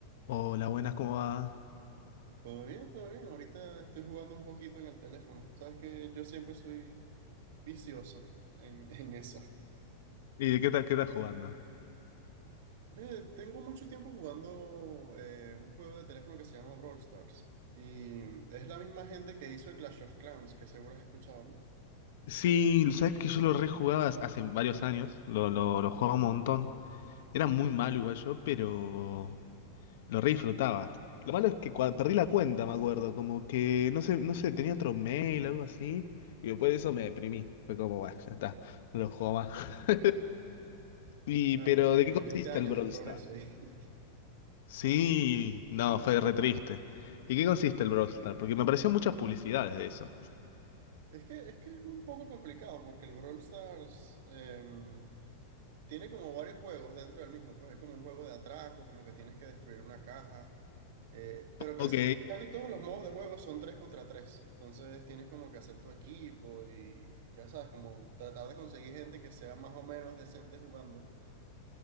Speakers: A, on the left; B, on the right.
A: Hola, buenas, ¿cómo va?
B: Todo bien, todo bien. Ahorita estoy jugando un poquito en el teléfono. Sabes que yo siempre soy vicioso en, <laughs> en eso.
A: ¿Y de qué tal, qué estás jugando?
B: Ve, tengo mucho tiempo jugando eh, un juego de teléfono que se llama Brawl Stars. Y es la misma gente que hizo el Clash of Clans, que seguro has escuchado, ¿no?
A: Sí, sabes que yo lo rejugaba hace varios años, lo, lo, lo jugaba un montón. Era muy malo igual yo, pero lo re disfrutaba. Lo malo es que cua- perdí la cuenta, me acuerdo, como que no sé, no sé, tenía otro mail, algo así, y después de eso me deprimí. Fue como, bueno, ya está, no lo juego más. <laughs> Y,
B: Claro,
A: pero,
B: pero
A: ¿de
B: perdiste
A: qué consiste
B: años
A: el Brawl
B: de progreso
A: Stars?
B: ahí. <laughs>
A: Sí, no, fue re triste. ¿Y qué consiste el Brawl Stars? Porque me aparecieron muchas publicidades de eso.
B: Es que, es que es un poco complicado porque el Brawl Stars em, Tiene como varios juegos dentro del mismo, pues es como un juego de atraco, como que tienes que destruir una caja, eh, pero casi,
A: Ok.
B: casi todos los modos de juego son 3 contra tres entonces tienes como que hacer tu equipo y ya sabes, como tratar de conseguir gente que sea más o menos decente jugando.